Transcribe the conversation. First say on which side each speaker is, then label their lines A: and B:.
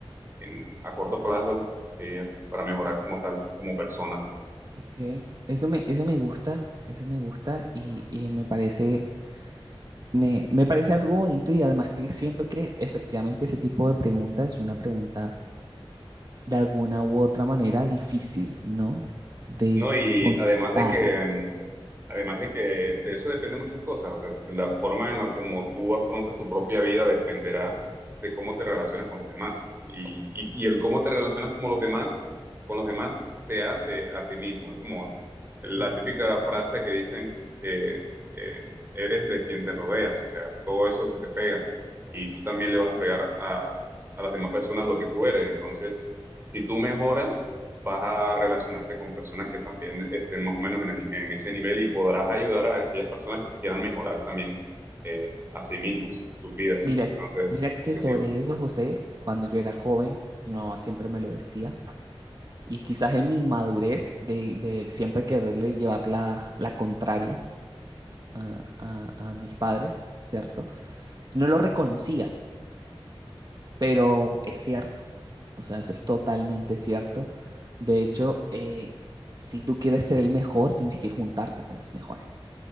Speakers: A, on the right; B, on the right.
A: en, a corto plazo, diría, para mejorar como tal, como persona.
B: Ok, eso me, eso me gusta, eso me gusta y, y me parece, me, me parece algo bonito y además que siento que efectivamente ese tipo de pregunta es una pregunta de alguna u otra manera difícil, ¿no? De
A: No, y
B: contestar.
A: además de que, mm, además de que de eso depende muchas cosas, o sea, la forma en la como tú afrontas tu propia vida dependerá de cómo te relacionas con los demás. Y, y, y el cómo te relacionas con los demás, con los demás te hace a ti mismo. Es como la
B: Mm.
A: típica frase que dicen que eh, eres de quien te rodeas, o sea, todo eso se te pega y tú también le vas a pegar a, a las demás personas lo que tú eres. Entonces, si tú mejoras, vas a relacionarte con personas que también estén más o menos en, el- en ese nivel y podrás ayudar a aquellas personas que quieran mejorar también eh, a sí mismos, sus vidas.
B: Mira,
A: Entonces,
B: mira que
A: positivo.
B: sobre eso, José, cuando yo era joven, mi mamá siempre me lo decía y quizás en mi madurez de, de siempre quererle llevar la, la contraria a, a a mis padres, ¿cierto? No lo reconocía. pero es cierto, o sea, eso es totalmente cierto. De hecho, eh, si tú quieres ser el mejor, tienes que juntarte con los mejores.